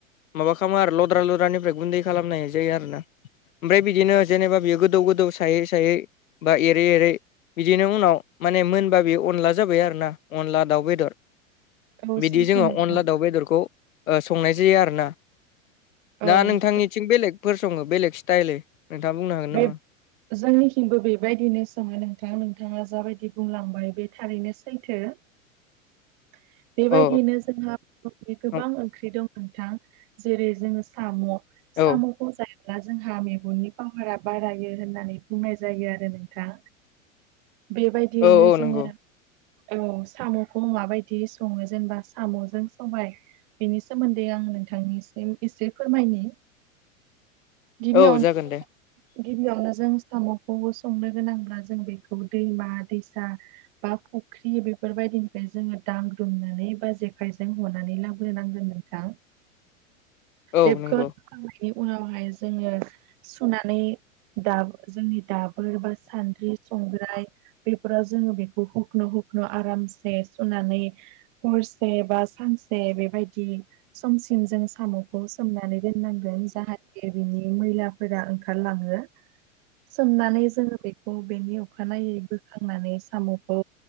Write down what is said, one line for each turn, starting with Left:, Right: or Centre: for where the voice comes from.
Left: माबा खालामो आरो लद्रा लद्रानिफ्राय गुन्दै खालामनाय जायो आरो ना। ओमफ्राय बिदिनो जेनेबा बियो गोदौ गोदौ सायै सायै बा एरै एरै बिदिनो उनाव माने मोनबा बे अनला जाबाय आरोना अनला दाउ बेदर।
Right: औ
Left: बिदि
Right: सैथो
Left: जोङो
Right: नोंथां
Left: अनला दाउ बेदरखौ ओ संनाय जायो आरोना
Right: औ
Left: दा नोंथांनि थिं बेलेगफोर सङो बेलेग स्टाइलै नोंथाङा बुंनो हागोन
Right: बे
Left: नामा?
Right: जोंनिथिंबो बेबायदिनो सोङो नोंथां नोंथाङा जाबायदि बुंलांबाय बे थारैनो सैथो। <inaudible> बेबायदियैनो
Left: औ
Right: जोंहा बर'नि गोबां
Left: औ
Right: ओंख्रि दं नोंथां जेरै जोङो साम'। साम'खौ
Left: औ
Right: जायोब्ला जोंहा मेगननि फावोरा बारायो होननानै बुंनाय जायो आरो नोंथां। बेबायदियैनो
Left: औ औ
Right: जोङो
Left: नंगौ
Right: औ साम'खौ माबायदि सङो जेनेबा साम'जों सबाय बेनि सोमोन्दै आं नोंथांनिसिम एसे फोरमायनि। गिबियाव
Left: औ जागोन दे।
Right: गिबियावनो जों साम'खौबो संनो गोनांब्ला जों बेखौ दैमा दैसा बा फुख्रि बेफोरबायदिनिफ्राय जोङो दांग्रोमनानै बा जेखायजों हनानै लाबोनांगोन। थां
Left: औ
Right: बेखौ
Left: नंगौ
Right: <unintelligible> खांनायनि उनावहाय जोङो सुनानै दाब जोंनि दाबोर बा सान्द्रि संग्राय बेफोराव जोङो बेखौ हुखनु हुखनु आरामसे सुनानै हरसे बा सानसे बेबायदि समसिम जों साम'खौ सोमनानै दोननांगोन जाहाथे बिनि मैला फोरा ओंखारलाङो। सोमनानै जोङो बेखौ बेनि अखानायै बोखांनानै साम'खौ